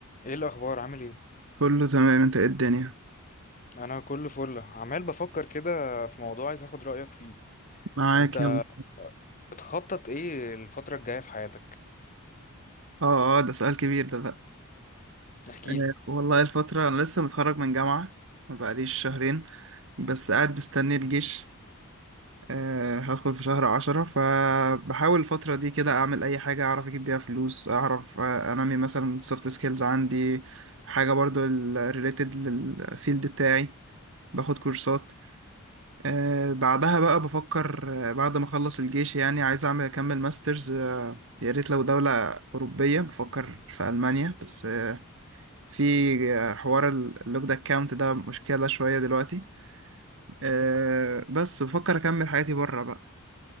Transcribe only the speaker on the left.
ايه الاخبار عامل ايه
انا كله فل عمال بفكر كده في موضوع عايز اخد رايك فيه
انت
بتخطط ايه الفتره الجايه في حياتك
احكي
لي